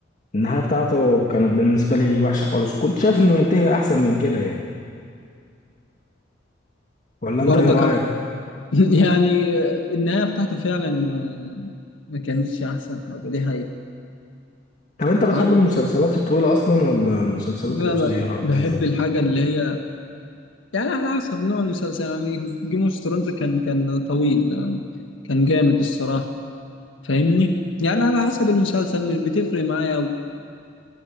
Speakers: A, on the left; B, on the left.
A: النهايه بتاعته كانت بالنسبه لي وحشه خالص كنت شايف انه ينتهي احسن من كده يعني ولا
B: برضك
A: انت ايه رايك
B: <laughs> يعني النهاية بتاعته فعلا آه، ما كانتش أحسن حاجة دي حقيقة
A: طب انت بتحب
B: آه،
A: المسلسلات الطويله اصلا ولا المسلسلات
B: لا
A: القصيره
B: لا بحب
A: اللي هي
B: الحاجة اللي هي يعني على حسب نوع المسلسل يعني جيم اوف ثرونز كان كان طويل يعني كان جامد الصراحة فاهمني؟ يعني على حسب المسلسل مش بتفرق معايا أوي